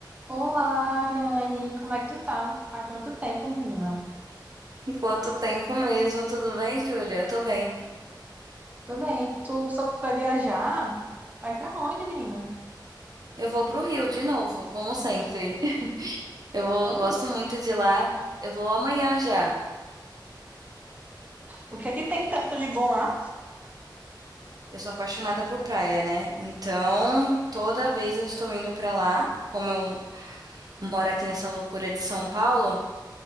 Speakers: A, on the right; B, on the right.
A: Olá, Ariane, como é que tu tá? Há quanto tempo, menina?
B: Quanto tempo mesmo? Tudo bem, Júlia? Eu tô bem.
A: Tudo bem, tu soube que vai viajar? Vai pra onde, menina?
B: Eu vou pro Rio de novo, como sempre. <laughs> Eu vou,
A: Sério?
B: gosto muito de lá. Eu vou amanhã já.
A: O que é que tem tanto de bom lá?
B: Eu sou apaixonada por praia, né? Então, toda vez eu estou indo pra lá. Como eu moro aqui nessa loucura de São Paulo,